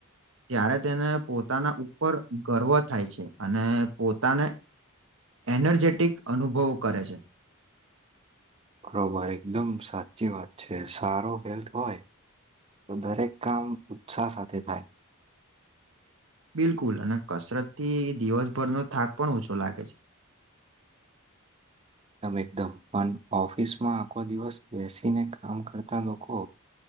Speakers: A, on the right (about 65°); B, on the right (about 25°).
A: ત્યારે તેને પોતાના ઉપર ગર્વ થાય છે અને પોતાને એનર્જેટિક અનુભવો કરે છે.
B: બરોબર એકદમ સાચી વાત છે સારો હેલ્થ હોય તો દરેક કામ ઉત્સાહ સાથે થાય.
A: <inaudible> બિલકુલ અને કસરત થી દિવસભરનો થાક પણ ઓછો લાગે છે. <inaudible>
B: એકદમ એકદમ પણ ઓફિસમાં આખો દિવસ બેસીને કામ કરતા લોકો